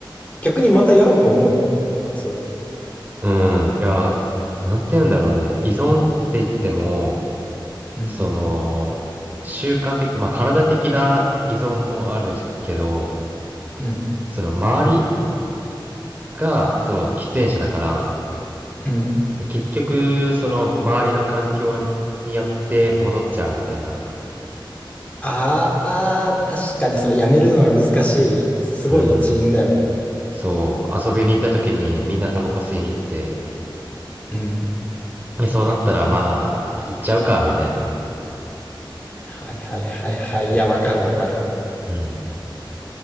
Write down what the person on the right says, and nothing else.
うん。いや、なんて言うんだろうね。依存って言っても、
その、習慣的、まあ、体的な依存もあるけど、
その周りが、その喫煙者だから、
で結局、その周りの環境によって戻っちゃうみたいな。
うーん。そう、遊びに行った時にみんなタバコ吸いに行って、
でそうなったらまあ、行っちゃうか、みたいな。
うん。